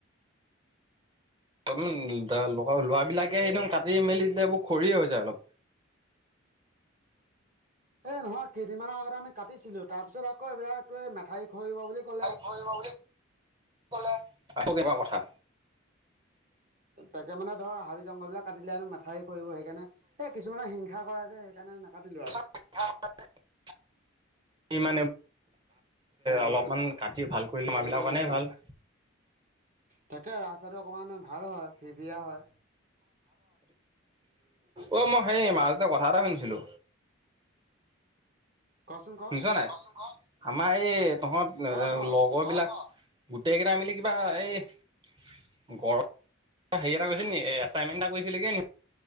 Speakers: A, on the right; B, on the right.
A: অলপ ল ল'ৰাবিলাকে সেইবোৰ কাটি মেলি দিলে খৰিয়ে হৈ যায় অলপ।
B: এই নহয় কেইদিনমানৰ আগতে আমি কাটিছিলো তাৰপিছত আকৌ এইবিলাক ত এই মথাউৰি খহিব বুলি ক'লে।
A: খহিব বুলি কলে। আকৌ কেইবাৰ কথা।
B: তাকে মানে ধৰ হাবি-জংঘল বিলাক কাটিলেনো মাথাউৰি খহিব সেইকাৰণে এ কিছুমানে হিংসা কৰে যে <unintelligible> নাকাতিলো আৰু।
A: <unintelligible> <unintelligible> অলমান কাটি ভাল কৰি মানু্হ বিলাক কাৰণে ভাল।
B: তাকে ৰাস্তাটো অকমান ভাল হয়, ফিফিৰিয়া হয়।
A: অ, মই সেই মাজতে কথা এটা শুনিছিলো।
B: কচোন ক
A: শুনিছ নাই? আমাৰ এই, তহঁত
B: ক
A: এ
B: ক
A: লগৰ বিলাক গোটেই কেইটাই মিলি কিবা এই হেই এটা কৰিছিল নি, এচাইনমেন্ট এটা কৰিছিলিগে নি?